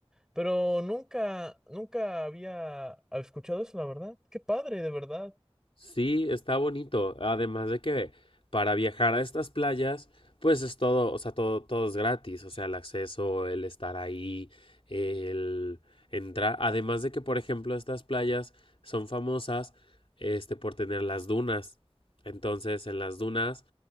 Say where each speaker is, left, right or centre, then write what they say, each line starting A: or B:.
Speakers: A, in the centre; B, on the left.
A: Pero nunca, nunca había escuchado eso, la verdad. Qué padre, de verdad.
B: Sí, está bonito. Además de que para viajar a estas playas, pues es todo, o sea, todo, todo es gratis. O sea, el acceso, el estar ahí, el entrar. Además de que, por ejemplo, estas playas son famosas, este, por tener las dunas. Entonces, en las dunas,